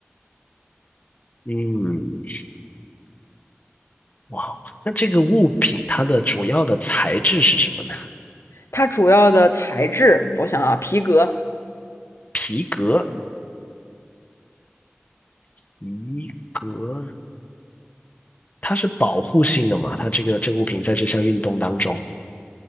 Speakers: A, on the left; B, on the left.
A: 嗯，哇哦，那这个物品它的主要的材质是什么呢？
B: 它主要的材质，我想啊，皮革，
A: 皮革，皮革，它是保护性的嘛？它这个这个物品在这项运动当中。